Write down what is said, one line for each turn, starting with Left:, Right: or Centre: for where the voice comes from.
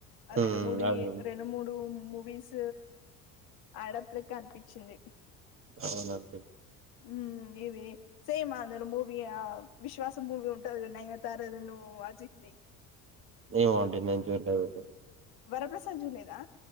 Left: ఆ రెండు
Right: ఉమ్
Left: మూడి
Right: అది
Left: రెండు మూడు ము వీస్ రేప్లికా అనిపించింది
Right: అవునండి
Left: ఉ ఇది సేమ్ అతడు మూవి ఆ విశ్వాస మూవీ ఉంటది నైనతార ది ను అజిత్ ది
Right: ఏమో అండి నేను చూడలేదు
Left: వరప్రసాద్్ జూలేదా